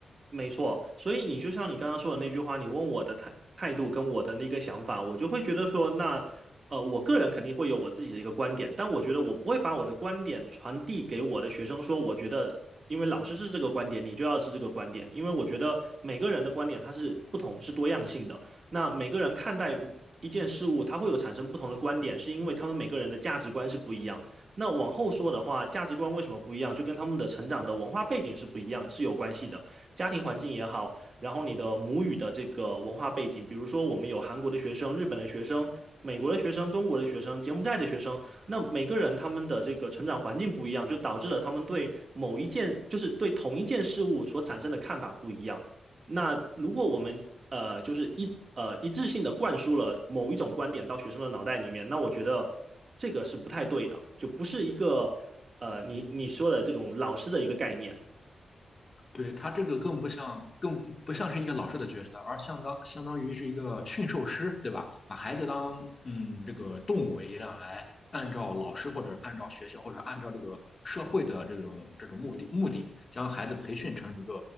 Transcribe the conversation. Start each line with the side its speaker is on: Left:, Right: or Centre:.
Right: 没错，所以你就像你刚刚说的那句话，你问我的态态度跟我的那个想法，我就会觉得说，那呃，我个人肯定会有我自己的一个观点，但我觉得我不会把我的观点传递给我的学生说，我觉得因为老师是这个观点，你就要是这个观点，因为我觉得每个人的观点它是不同，是多样性的。那每个人看待一件事物，它会有产生不同的观点，是因为他们每个人的价值观是不一样。那往后说的话，价值观为什么不一样，就跟他们的成长的文化背景是不一样，是有关系的。家庭环境也好，然后你的母语的这个文化背景，比如说我们有韩国的学生、日本的学生、美国的学生、中国的学生、柬埔寨的学生，那每个人他们的这个成长环境不一样，就导致了他们对某一件，就是对同一件事物所产生的看法不一样。那如果我们呃，就是一呃一致性的灌输了某一种观点到学生的脑袋里面，那我觉得这个是不太对的，就不是一个呃你你说的这种老师的一个概念。
Left: 对，他这个更不像，更不像是一个老师的角色，而相当相当于是一个驯兽师，对吧？把孩子当嗯这个动物一样来，按照老师或者按照学校或者按照这个社会的这种这种目的目的，将孩子培训成一个